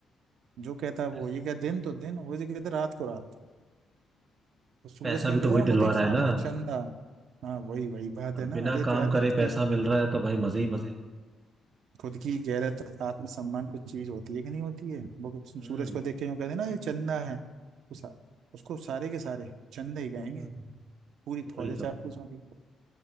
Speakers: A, on the right; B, on the right.
A: जो कहता है वो
B: इस-
A: ये कहता दिन तो दिन वो जो कहता रात को रात वो सूरज
B: पैसा
A: क्या
B: भी
A: कहता
B: तो वही
A: है ना
B: दिलवा
A: वो देख
B: रहा
A: सामने
B: है ना
A: चंदा हाँ वही वही बात
B: अब
A: है ना
B: बिना
A: अरे
B: काम
A: तो यार
B: करे
A: खुद
B: पैसा
A: की
B: मिल रहा है तो भाई मजे ही मजे
A: खुद की गैरत आत्मसम्मान कुछ चीज होती है कि नहीं होती है वो कि-
B: हम्म
A: सूरज को देख के यूं कहते हैं ना ये चंदा है उस, उसको सारे के सारे चंदा ही गाएंगे
B: हम्म,
A: पूरी
B: वही
A: फौज
B: तो
A: चापलूस होगी